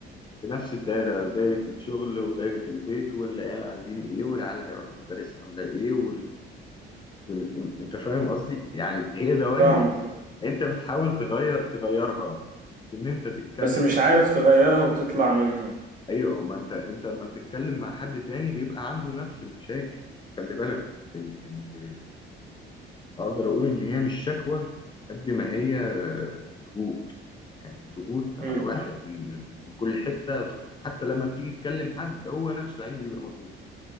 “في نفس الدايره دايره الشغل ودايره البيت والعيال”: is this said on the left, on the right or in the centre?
Left